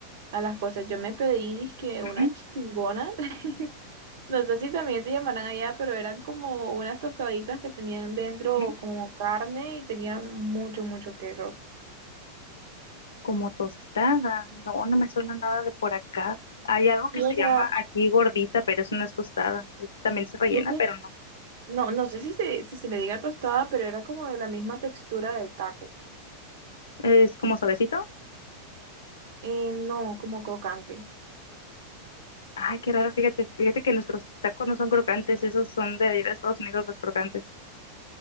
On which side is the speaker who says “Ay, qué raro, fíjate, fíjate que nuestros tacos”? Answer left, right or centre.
Left